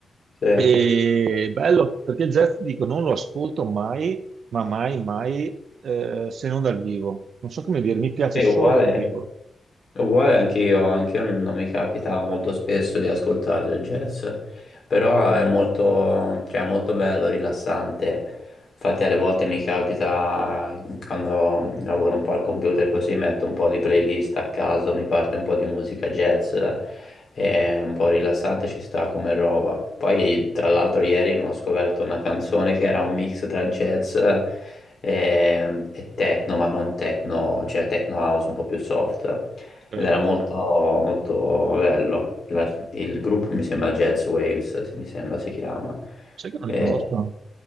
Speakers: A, on the left; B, on the right.
A: Sì.
B: E bello, perché jazz, dico, non lo ascolto mai, ma mai, mai, eh, se non dal vivo. Non so come dire, mi piace
A: È
B: solo
A: uguale.
B: dal vivo.
A: Uguale anche io, anche io non mi capita molto spesso di ascoltarle il jazz, però è molto, cioè, è molto bello, rilassante. Infatti alle volte mi capita, quando lavoro un po' al computer così, metto un po' di playlist a caso, mi parte un po' di musica jazz, è un po' rilassante, ci sta come roba. Poi tra l'altro ieri mi ho scoperto una canzone che era un mix tra jazz e, e techno, ma non techno, cioè techno house un po' più soft
B: Ok?
A: ed era molto, molto bello. La- il gruppo mi sembra Jazz Waves, se- mi sembra si chiama.
B: Sai che non
A: E-
B: li conosco?